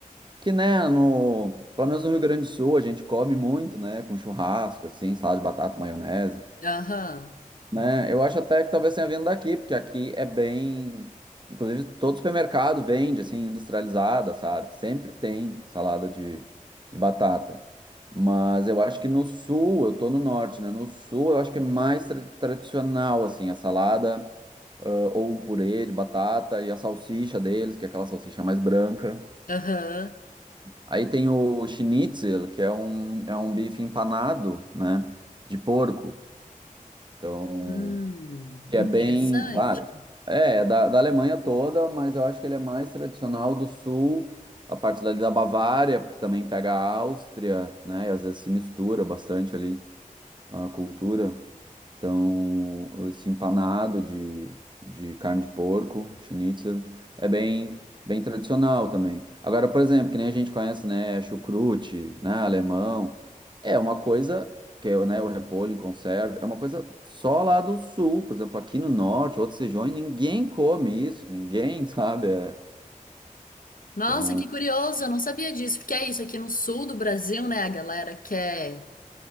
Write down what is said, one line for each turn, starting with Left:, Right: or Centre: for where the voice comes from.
Right: que, né, no, pelo menos no Rio Grande do Sul, a gente come muito, né? Com churrasco, assim, salada de batata, maionese.
Left: Aham,
Right: né? Eu acho até que talvez tenha vindo daqui, porque aqui é bem. Inclusive, todo supermercado vende, assim, industrializada, sabe? Sempre tem salada de, de batata. Mas eu acho que no sul, eu tô no norte, né? No sul, eu acho que é mais tra- tradicional, assim, a salada, ah, ou um purê de batata e a salsicha deles, que é aquela salsicha mais branca.
Left: aham.
Right: Aí tem o schnitzel, que é um, é um bife empanado, né? De porco. Então.
Left: Hum,
Right: que
Left: interessante.
Right: é bem, claro, é, é da, da Alemanha toda, mas eu acho que ele é mais tradicional do sul, a parte dali da Bavária, porque também pega a Áustria, né, e às vezes se mistura bastante ali a cultura. Então, esse empanado de, de carne de porco, schnitzel, é bem, bem tradicional também. Agora, por exemplo, que nem a gente conhece, né, chucrute, né, alemão, é uma coisa que é, né, o repolho em conserva, é uma coisa só lá do sul, por exemplo, aqui no norte, outras regiões, ninguém come isso, ninguém, <laughs> sabe? É,
Left: Nossa,
Right: então,
Left: que curioso, eu não sabia disso, porque é isso, aqui no sul do Brasil, né, a galera quer,